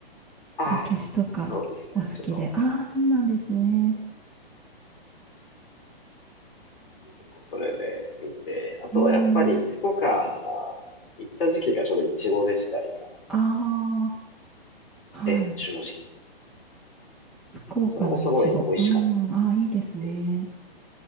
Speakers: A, on the left (about 60°); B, in the centre.
A: ああ、
B: 歴史とかお好きで。
A: そうですね。ちょっと、
B: ああ、そうなんですね。
A: え結構それで見て、あとはやっぱり福岡の
B: ええ。
A: 行った時期がちょうどイチゴでしたりが、
B: ああ、はい。
A: え、旬の時期。
B: 福岡のいちご。
A: それもすごい美味しかった。
B: うーん、ああ、いいですね。
A: え、